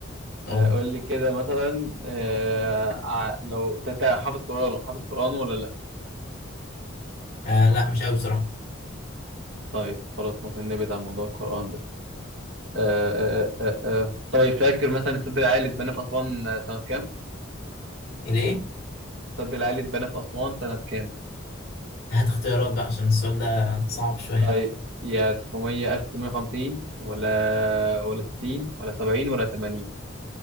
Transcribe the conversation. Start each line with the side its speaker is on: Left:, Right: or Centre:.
Right: آه
Left: اهو
Right: قول لي كده مثلا آه ع- لو تتع حافظ قرآن حافظ قرآن ولا لا
Left: آه لا مش قوي بصراحه
Right: طيب خلاص ممكن نبعد عن موضوع القرآن ده آه آه آه آه. آه. طيب فاكر مثلا السد العالي اتبنى في أسوان آه، سنة كام؟
Left: الايه
Right: السد العالي اتبنى في أسوان سنة كام؟
Left: هات اختيارات بقى عشان السؤال ده صعب شويه
Right: طيب يا 900 1950 ولا ولا 60 ولا 70 ولا 80